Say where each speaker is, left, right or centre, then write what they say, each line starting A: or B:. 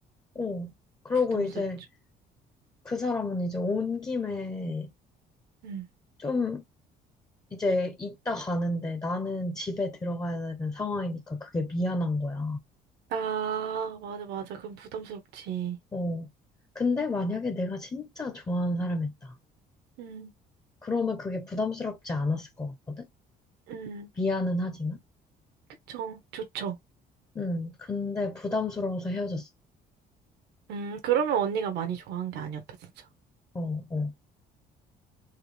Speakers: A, on the left; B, on the right.
A: 어. 그러고
B: 부담스럽죠.
A: 이제, 그 사람은 이제 온 김에
B: 음.
A: 좀 이제 있다 가는데 나는 집에 들어가야 되는 상황이니까 그게 미안한 거야.
B: 아, 맞아, 맞아. 그럼 부담스럽지.
A: 어. 근데 만약에 내가 진짜 좋아하는 사람이었다.
B: 음,
A: 그러면 그게 부담스럽지 않았을 것 같거든?
B: 음,
A: 미안은 하지만.
B: 그쵸. 좋죠.
A: 응. 근데 부담스러워서 헤어졌어.
B: 음, 그러면 언니가 많이 좋아한 게 아니었다, 진짜.
A: 어, 어.